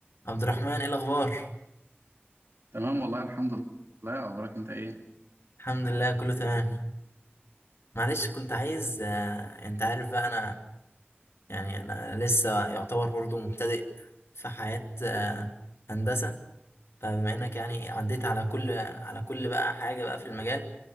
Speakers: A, on the left; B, on the right.
A: عبد الرحمن ايه الاخبار
B: تمام والله الحمد لله اخبارك انت ايه
A: الحمد لله كله تمام معلش كنت عايز آه، انت عارف بقى انا يعني انا لسه يعتبر برضو مبتدئ في حياة آه، هندسة فبما انك يعني عديت على كل على كل بقى حاجة بقى في المجال